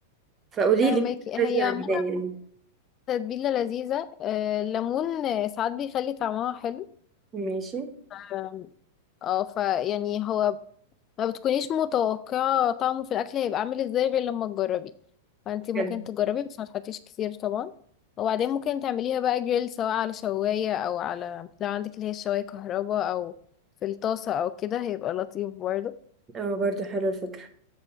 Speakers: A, on the right; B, on the left.
A: فقولي
B: فهماكي
A: لي الفكره
B: هي
A: دي عجباني
B: عامة
A: يعني
B: تتبيلة لذيذة آه، الليمون آه، ساعات بيخلي طعمها حلو
A: ماشي
B: آم، اه فيعني هو ما بتكونيش متوقعة طعمه في الأكل هيبقى عامل ازاي غير لما تجربي فانتي ممكن
A: حلو
B: تجربي بس ما تحطيش كتير طبعا وبعدين ممكن تعمليها بقى جريل سواء على شواية أو على لو عندك اللي هي الشواية كهرباء أو في الطاسة أو كده هيبقى لطيف برضه
A: اه برضو حلوه الفكره